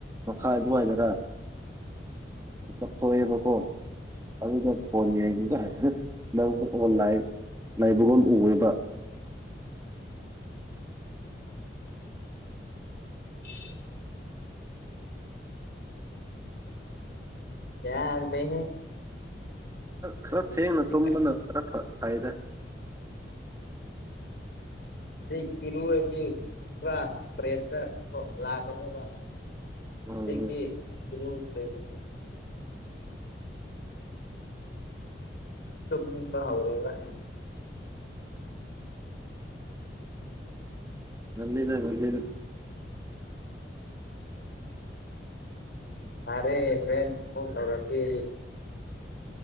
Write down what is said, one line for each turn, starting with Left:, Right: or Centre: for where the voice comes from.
Right: ꯃꯈꯥꯏ ꯑꯗꯨꯋꯥꯏꯗꯔ ꯃꯤꯀꯞ ꯊꯣꯛꯑꯦꯕꯀꯣ ꯑꯗꯨꯗ ꯐꯣꯟ ꯌꯦꯡꯕꯒ ꯍꯦꯛꯇ ꯑꯣꯟꯂꯥꯏꯟ ꯂꯩꯕꯒꯨꯝ ꯎꯏꯌꯦꯕ
Left: <unintelligible> ꯑꯁ ꯌꯥꯗꯔ꯭ꯦ ꯍꯦ
Right: ꯈꯔ ꯊꯦꯡꯅ
Left: ꯍꯧꯖꯤꯛꯀꯥꯟ
Right: ꯇꯨꯝꯕꯅ ꯈꯔ ꯐꯩꯗ
Left: ꯍꯧꯖꯤꯛ ꯏꯔꯨꯔꯗꯤ ꯄꯨꯔꯥ ꯐ꯭ꯔꯦꯁꯇ ꯂꯥꯛꯀꯅꯦꯕ
Right: ꯎꯝ
Left: ꯍꯧꯖꯤꯛꯇꯤ ꯂꯩꯕꯅꯤꯅ ꯇꯨꯝꯅꯤꯡꯕ ꯍꯧꯔꯦꯕ
Right: ꯉꯜꯂꯤꯗ ꯉꯜꯂꯤꯗ
Left: ꯐꯔꯦ ꯍꯣꯔꯦꯟ ꯑꯃꯨꯛ ꯇꯧꯔꯛꯀꯦ